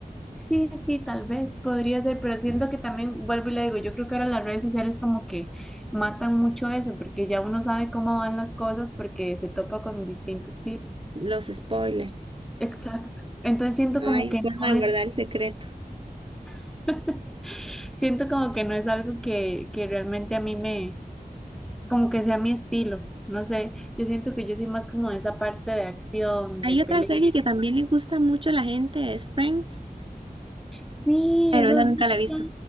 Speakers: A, in the centre; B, on the right.
A: Sí, sí, tal vez podría ser, pero siento que también, vuelvo y le digo, yo creo que ahora las redes sociales como que matan mucho eso, porque ya uno sabe cómo van las cosas porque se topa con distintos clips.
B: los spoilers.
A: Exacto. Entonces siento
B: No
A: como
B: hay
A: que
B: forma
A: no
B: de
A: es,
B: guardar el secreto.
A: <laughs> siento como que no es algo que, que realmente a mí me, como que sea mi estilo. No sé, yo siento que yo soy más como de esa parte de acción,
B: Hay
A: de pelea.
B: otra serie que también le gusta mucho a la gente, es Friends,
A: Sí,
B: pero
A: eso
B: esa
A: sí.
B: nunca la he visto.
A: yo-